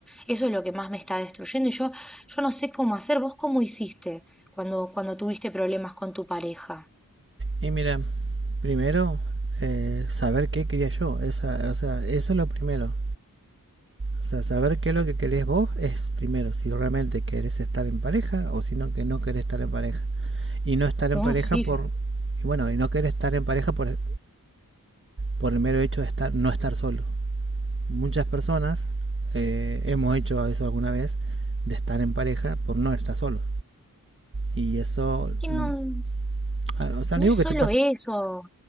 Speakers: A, in the centre; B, on the right (about 35°).
A: Eso es lo que más me está destruyendo y yo, yo no sé cómo hacer. ¿Vos cómo hiciste cuando, cuando tuviste problemas con tu pareja?
B: Y mira, primero, eh, saber qué quería yo, esa, o sea, eso es lo primero. O sea, saber qué es lo que querés vos es primero, si realmente querés estar en pareja o si no, que no querés estar en pareja. Y no estar
A: No,
B: en pareja
A: sí,
B: por,
A: yo.
B: y bueno, y no querer estar en pareja por, por el mero hecho de estar, no estar solo. Muchas personas eh, hemos hecho eso alguna vez, de estar en pareja por no estar solo. Y eso,
A: y no.
B: mm, ah, o sea,
A: No
B: no digo
A: es solo
B: que te
A: eso,